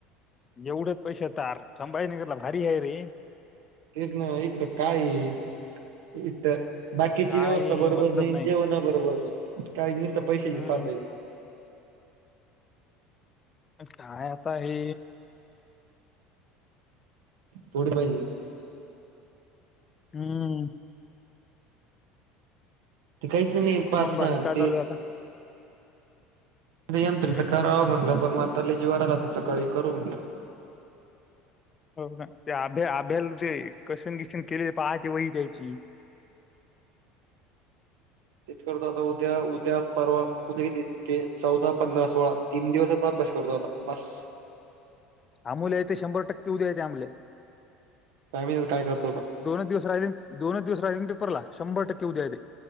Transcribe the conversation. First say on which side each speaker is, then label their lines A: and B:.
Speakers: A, on the left; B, on the right.
A: एवढंच पैसे तार संभाजीनगरला भारी आहे रे
B: तेच ना इकड काही इठ बाकीची
A: काय
B: व्यवस्था बरोबर
A: मतलब
B: नाही, जेवण बरोबर नाही काही नसत पैशाची
A: हम्म
B: पातळी
A: काय आता हे
B: पुढ पाहिजे
A: हम्म.
B: ते काहीच नाही पाहत
A: मग बाकी
B: ना
A: काय
B: ते
A: चालू आहे आता
B: यंत्रीच
A: हम्म
B: करावं म्हणलं पण म आताला जीवावर आलं आता सकाळी करू म्हणलं
A: हो ना ते आभ्या आभ्याला ते कसेन किसन केले ते पहायचे वही द्यायची
B: तेच करत आता उद्या उद्या परवा उद्या किती ते चौदा पंधरा सोळा तीन दिवसाचा अभ्यास करतो आता बस
A: आमोल येते शंभर टक्के उद्या येत अमल्या
B: <unintelligible> काय करतो बघ
A: दोन दिवस राहिले दोनच दिवस राहिले पेपरला शंभर टक्के ऊद्या येते